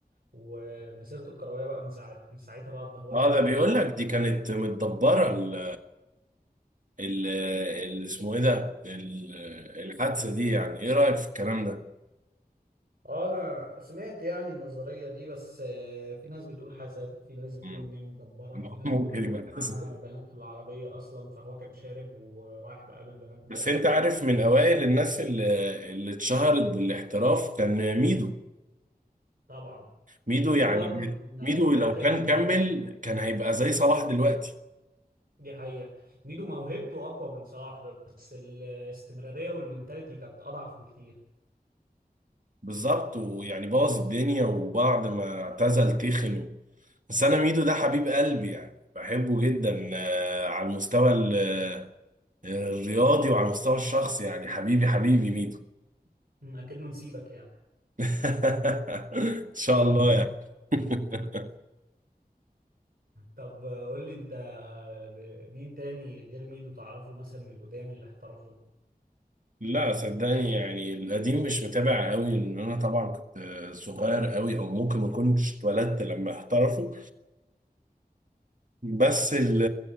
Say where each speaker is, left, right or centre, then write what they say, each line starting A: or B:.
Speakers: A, on the right; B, on the right.
A: ومسيرته الكروية بقى من ساعة من ساعتها بقى اتدهورت
B: اه
A: جدا
B: ده بيقول
A: ولا
B: لك دي كانت متدبره ال ال ال- اسمه ايه ده ال- الحادثه دي يعني ايه رايك في الكلام ده؟
A: اه انا سمعت يعني النظرية دي بس آه، في ناس بتقول حسد في ناس بتقول
B: مم.
A: ان هي متدبرة
B: <laughs>
A: في ناس
B: ممكن
A: بتقول ان هو
B: يبقى
A: كان معاه
B: كذا
A: بنات في العربية اصلا فهو كان شارب ورايح بقى بالبنات دي
B: بس
A: بقى
B: انت عارف
A: ي-
B: من اوائل الناس اللي اللي اتشهرت بالاحتراف كان ميدو
A: طبعا
B: ميدو
A: ميدو
B: يعني
A: برضه من الحاجات
B: ميدو لو
A: يعني
B: كان
A: المهدرة
B: كمل كان هيبقى زي صلاح دلوقتي
A: دي حقيقة ميدو موهبته أقوى من صلاح بس الاستمرارية والمنتاليتي كانت أضعف بكتير
B: بالظبط ويعني بوظ الدنيا وبعد ما اعتزل تخن بس انا ميدو ده حبيب قلبي يعني بحبه جدا آه، على المستوى ال- الرياضي وعلى المستوى الشخصي يعني حبيبي حبيبي ميدو
A: أمم، أكنه نسيبك يعني <laughs>
B: <laughs> ان شاء الله يعني <laughs>
A: طب قول لي أنت ب- مين تاني غير ميدو تعرفه مثلا من القدام اللي احترفه
B: لا صدقني يعني القديم مش متابع قوي لان انا طبعا كنت صغير قوي او ممكن ما كنتش اتولدت لما احترفوا بس ال